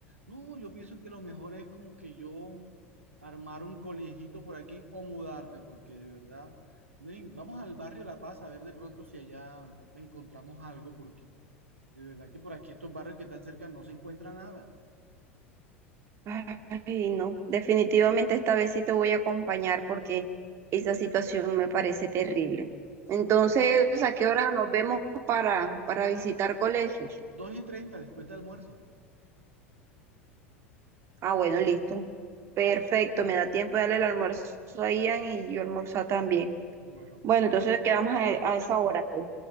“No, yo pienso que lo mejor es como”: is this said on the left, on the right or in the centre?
Right